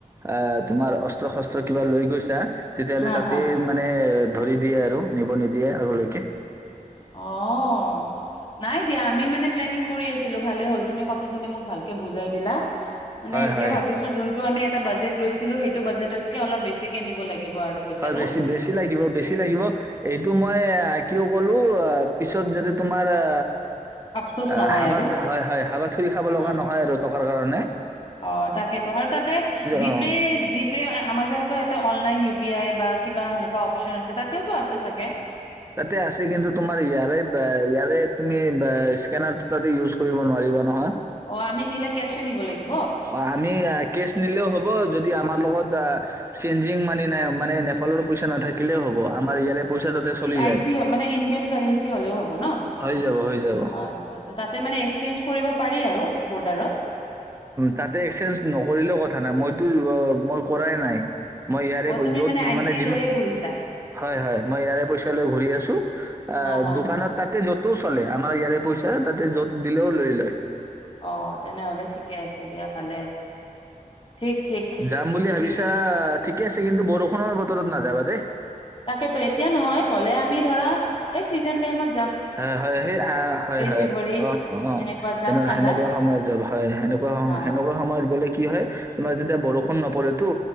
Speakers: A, on the right; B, on the left.
A: এ তোমাৰ অস্ত্ৰ শস্ত্ৰ কিবা লৈ গৈছা, তেতিয়াহ'লে
B: হা
A: তাতে
B: হা
A: মানে ধৰি দিয়ে আৰু, নিব নিদিয়ে। আগলৈকে
B: অ' নাই দিয়া। আমি মানে প্লেনিং কৰি আছিলো, ভালে হল তুমি কথা খিনি মোক ভালকে বুজাই দিলা। মানে
A: হয়
B: এতিয়া
A: হয়
B: ভাবিছোঁ, যোনটো আমি এটা! এটা বাজেট লৈছিলোঁ, সেইটো বাজেটতকৈ অলপ বেছি কৈ নিব লাগিব। আৰু পইচাটো।
A: হয় বেছি বেছি লাগিব
B: উম,
A: বেছি লাগিব এইটো মই কিয় কলো পিছত যাতে তোমাৰ আ
B: আফচোচ
A: অ'
B: নহয়
A: হাবা
B: আৰু
A: হয়, হয় হাবাথুৰি খাব লগা
B: অ'।
A: নহয় আৰু টক <unintelligible>
B: অ' তাকে তো আৰু তাতে জি
A: অ
B: পে জি পে আমাৰ যেনেকৈ অনলাইন উ পি আই, বা কিবা সেনেকুৱা অপচন আছে তাতেও তো আছে চাগে,
A: তাতে আছে কিন্তু তোমাৰ ইয়াৰে বা ইয়াৰে তুমি ইছকেনাৰতো তাতে ইওছ কৰিব নোৱাৰিবা নহয়।
B: অ' আমি নিলে কেছ এ নিব লাগিব।
A: অ' আমি কেছ নিলেও হ'ব। হ'ব যদি আমাৰ লগত আ চেনঞ্জিঙ মানি নাই মানে নেপালৰ, পইচা নাথাকিলেও হ'ব আমাৰ ইয়াৰে পইচা তাতে চলি যায়
B: আচিও মানে ইণ্ডিয়ান কাৰেন্সি হ'লেও হ'ব ন
A: হৈ যাব হৈ যাব
B: আচ্ছা আচ্ছা তাতে মানে চেন্স কৰিব পাৰি আৰু বডাৰত,
A: তাতে চেন্স নকৰিলেও কথা নাই মইতো অ কৰাই নাই, মই ইয়াৰে
B: অ তুমি
A: য'ত
B: মানে আই চি
A: যিমান
B: লৈয়ে ঘূৰিছা
A: হয় হয় মই ইয়াৰে পইচা লৈ ঘূৰি আছোঁ আহ
B: হা হা
A: দোকানত তাতেও নোটৰ চলে আমাৰ ইয়াৰে পইচা তাতে য'ত দিলেও লৈ লয়।
B: অ' তেনেহলে থিকে আছে দিয়া ভালে আছে। ঠিক ঠিক
A: যাম বুলি ভাবিছা
B: ঠিক আছে
A: থিকে আছে কিন্তু বৰষুণৰ বতৰত, যাবা দে
B: তাকেতো এতিয়া নহয় গ'লে আমি ধৰা এই ছিজন তাইমত,
A: হয় হয় সেই আ হয় হয়
B: ফেব্ৰুৱাৰীত
A: অ অ
B: এনেকুৱাত যাম ঠাণ্ডাত
A: সেনেকুৱা সময়ত যাবা হয় সেনেকুৱা
B: অ
A: সময়ত গ'লে কি হয় তোমাৰ যেতিয়া বৰষুণ নপৰেতো